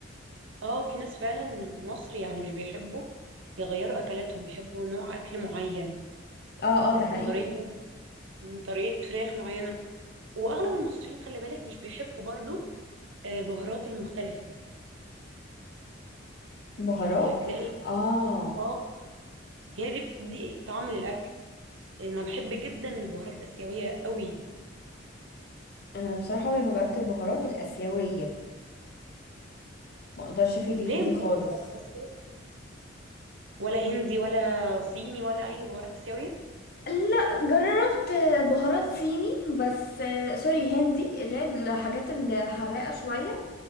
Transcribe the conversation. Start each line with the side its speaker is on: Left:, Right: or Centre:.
Right: اه في ناس فعلا مصر يعني مش بيحبوا يغيروا اكلاتهم بيحبوا نوع اكل معين
Left: اه اه ده
Right: آه،
Left: حقيقي
Right: طريقه طريقه فراخ معينه واغلب المصريين خلي بالك مش بيحبوا برضو آه، البهارات المختلفه
Left: بهارات
Right: يعني هتلاقي
Left: اه
Right: اه هي دي بتدي طعم للاكل انا بحب جدا البهارات الاسيويه قوي
Left: انا بصراحة عمري ما جربت البهارات الآسيوية ما اقدرش افيدك
Right: ليه
Left: في دي
Right: ما
Left: خالص
Right: كانتش آسيوية؟ ولا هندي ولا صيني ولا اي بهارات اسيويه
Left: لا جربت بهارات صيني بس آه، سوري هندي اللي هي الحاجات الحراقة شوية